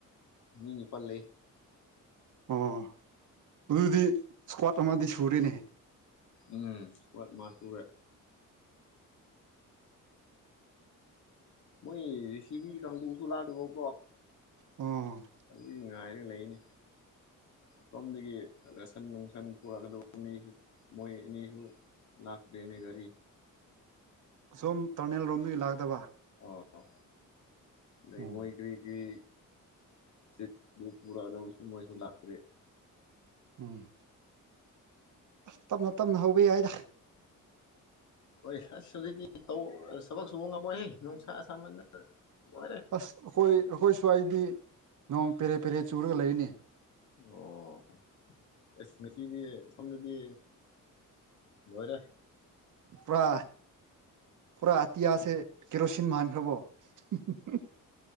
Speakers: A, on the left; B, on the right.
A: ꯃꯤ ꯅꯤꯄꯜꯂꯩ
B: ꯑꯣ ꯑꯗꯨꯗꯤ ꯁꯀ꯭ꯋꯥꯠ ꯑꯃꯗꯤ ꯁꯨꯔꯦꯅꯦ
A: ꯎꯝ ꯁꯀ꯭ꯋꯥꯠ ꯑꯃ ꯁꯨꯔꯦ ꯃꯣꯏ ꯔꯤ ꯁꯤꯕꯤ ꯀꯥꯡꯕꯨ ꯍꯨꯔꯥꯜꯂꯨꯋꯣꯀꯣ
B: ꯑꯣ
A: ꯑꯗꯨꯗꯤ ꯉꯥꯏꯔꯒ ꯂꯩꯅꯦ ꯁꯣꯝꯗꯒꯤ ꯔꯁꯟ ꯅꯨꯡꯁꯟ ꯄꯨꯔꯛꯀꯗꯕ ꯃꯤꯁꯨ ꯃꯣꯏ ꯑꯅꯤꯁꯨ ꯂꯥꯛꯇꯦꯅꯦ ꯒꯔꯤ
B: ꯑꯁꯣꯝ ꯇꯔꯅꯦꯜ ꯔꯣꯝꯗꯒꯤ ꯂꯥꯛꯀꯗꯕ
A: ꯑꯣ ꯂꯩꯉꯣꯏꯒ꯭ꯔꯤ
B: ꯎꯝ
A: ꯒꯤ ꯆꯤꯞ ꯅꯨꯡ <unintelligible> ꯃꯣꯏꯁꯨ ꯂꯥꯛꯇ꯭ꯔꯦ
B: ꯎꯝ ꯑꯁ ꯇꯞꯅ ꯇꯞꯅ ꯍꯧꯕ ꯌꯥꯏꯗ
A: ꯍꯣꯏ ꯑꯁ ꯍꯧꯖꯤꯛꯇꯤ ꯇꯧ ꯊꯕꯛ ꯁꯨꯕ ꯉꯝꯃꯣꯏꯍꯦ ꯅꯨꯡꯁꯥ ꯁꯥꯃꯟꯗꯅ ꯂꯣꯏꯔꯦ
B: ꯑꯁ ꯑꯈꯣꯏ ꯑꯈꯣꯏ ꯁ꯭ꯋꯥꯏꯗꯤ ꯅꯣꯡ ꯄꯦꯔꯦ ꯄꯦꯔꯦ ꯆꯨꯔꯒ ꯂꯩꯅꯦ
A: ꯑꯣ ꯑꯁ ꯉꯁꯤꯗꯤ ꯁꯣꯝꯗꯗꯤ ꯂꯣꯏꯔꯦ
B: ꯄ꯭꯭ꯔꯥ ꯄꯨꯔꯥ ꯑꯇꯤꯌꯥꯥꯁꯦ ꯀꯦꯔꯣꯁꯤꯟ ꯃꯥꯟꯈ꯭ꯔꯕꯣ <unintelligible>